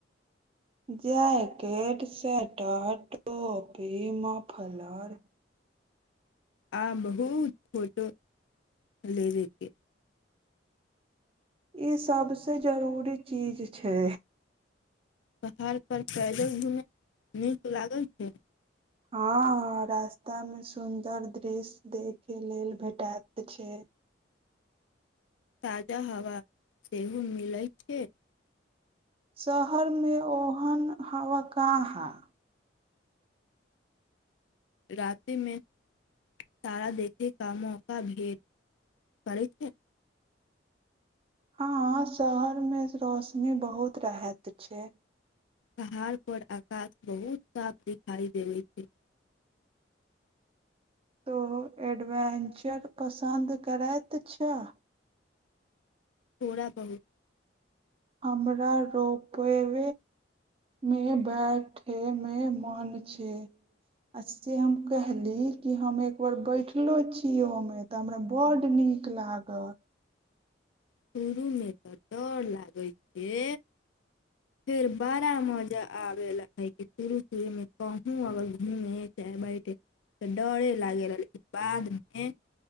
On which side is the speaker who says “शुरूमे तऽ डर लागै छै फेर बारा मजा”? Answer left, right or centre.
Left